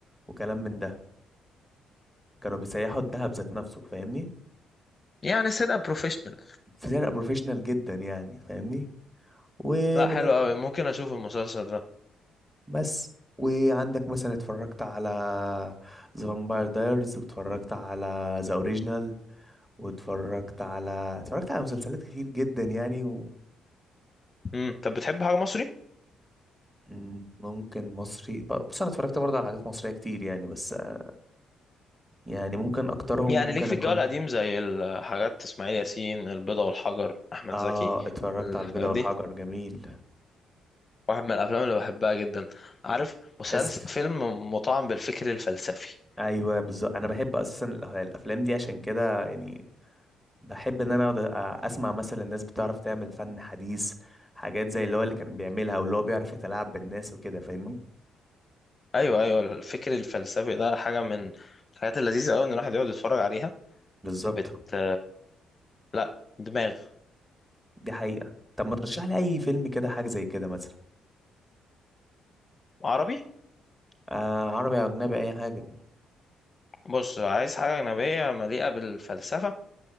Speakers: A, in the centre; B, on the left.
A: وكلام من ده كانوا بيسيحوا الدهب ذات نفسه فاهمني
B: يعني سرقة بروفيشنال
A: فرقة بروفيشنال جدا يعني فاهمني ومن
B: لا حلو قوي ممكن اشوف المسلسل ده
A: بس وعندك مثلا اتفرجت على ذا فامباير دايرز واتفرجت على ذا اوريجينال واتفرجت على اتفرجت على مسلسلات كتير جدا يعني و...
B: امم طب بتحب حاجة مصري
A: مم، ممكن مصري ب- بص انا اتفرجت برضه على حاجات مصرية كتير يعني بس آه، يعني ممكن اكترهم
B: يعني
A: ممكن
B: ليك في
A: اكون
B: الجو القديم زي الحاجات اسماعيل ياسين البيضة والحجر احمد
A: اه
B: زكي
A: اتفرجت
B: الحاجات
A: على البيضة والحجر
B: دي
A: جميل
B: واحد من الافلام اللي بحبها جدا عارف مسلسل
A: تحس في...
B: فيلم مطعم بالفكر الفلسفي
A: ايوه بالظبط انا بحب اساسا الأف- الافلام دي عشان كده يعني بحب ان انا اقعد أ- اسمع مثلا الناس بتعرف تعمل فن حديث حاجات زي اللي هو اللي كان بيعملها واللي هو بيعرف يتلاعب بالناس وكده فاهمني
B: ايوه ايوه الفكر الفلسفي ده حاجة من الحاجات اللذيذة قوي ان الواحد يقعد يتفرج عليها
A: بالظبط
B: بت لا دماغ
A: دي حقيقة طب ما ترشح لي اي فيلم كده حاجة زي كده مثلا
B: عربي
A: آه عربي او اجنبي اي حاجة
B: بص لو عايز حاجة أجنبية مليئة بالفلسفة